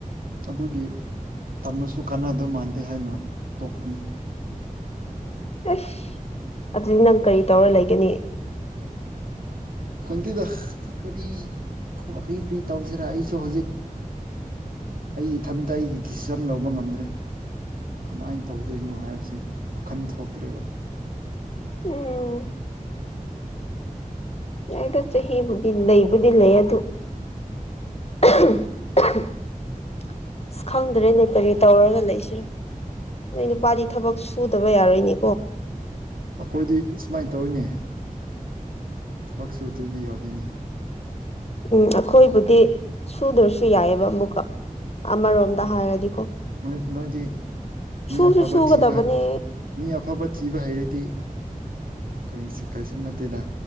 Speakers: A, on the right; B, on the left.
A: ꯑꯗꯨꯒꯤ ꯇꯝꯔꯁꯨ ꯀꯥꯟꯅꯗꯧ ꯃꯥꯟꯗꯦ ꯍꯥꯏꯅ ꯇꯣꯛꯄꯅꯤ
B: ꯑꯩꯁ ꯑꯗꯨꯗꯤ ꯅꯪ ꯀꯔꯤ ꯇꯧꯔ ꯂꯩꯒꯅꯤ
A: ꯈꯪꯗꯦꯗ ꯀꯔꯤ ꯀ꯭ꯔꯤ ꯀ꯭ꯔꯤ ꯇꯧꯁꯤꯔꯥ ꯑꯩꯁꯨ ꯍꯧꯖꯤꯛ ꯑꯩ ꯏꯊꯟꯇ ꯑꯩꯒꯤ ꯗꯤꯁꯤꯖꯟ ꯂꯧꯕ ꯉꯝꯗ꯭ꯔꯦ ꯀꯃꯥꯏꯟ ꯇꯧꯗꯣꯏꯅꯣ ꯍꯥꯏꯕꯁꯤ ꯋꯥꯈꯜ ꯊꯣꯛꯇ꯭ꯔꯦꯕ
B: ꯎꯝ ꯅꯪ ꯆꯍꯤꯕꯨꯗꯤ ꯂꯩꯕꯨꯗꯤ ꯂꯩ ꯑꯗꯨ <unintelligible> ꯑꯁ ꯈꯪꯗ꯭ꯔꯦꯅꯦ ꯀꯔꯤ ꯇꯧꯔꯒ ꯂꯩꯁꯤꯔꯥ ꯅꯣꯏ ꯅꯨꯄꯥꯗꯤ ꯊꯕꯛ ꯁꯨꯗꯕ ꯌꯥꯔꯣꯏꯅꯦ
A: ꯑꯩꯈꯣꯏꯗꯤ ꯑꯁꯨꯃꯥꯏꯅ ꯇꯧꯋꯤꯅꯦ ꯊꯕꯛ ꯁꯨꯗ꯭ꯔꯗꯤ ꯌꯥꯗꯦꯅꯦ
B: ꯎꯝ ꯑꯈꯣꯏꯕꯨꯗꯤ ꯁꯨꯗ꯭ꯔꯁꯨ ꯌꯥꯏꯌꯦꯕ ꯃꯨꯛꯀ ꯑꯃꯔꯣꯝꯗ ꯍꯥꯏꯔꯗꯤꯀꯣ
A: ꯍꯣꯏ ꯅꯣꯏꯗꯤ
B: ꯁꯨꯁꯨ
A: ꯃꯤ ꯑꯐꯕ
B: ꯁꯨꯒꯗꯕꯅꯦ
A: ꯊꯤꯕ ꯃꯤ ꯑꯐꯕ ꯊꯤꯕ ꯍꯩꯔꯗꯤ ꯀꯔꯤꯁꯨ ꯀꯔꯤꯁꯨ ꯅꯠꯇꯦꯗ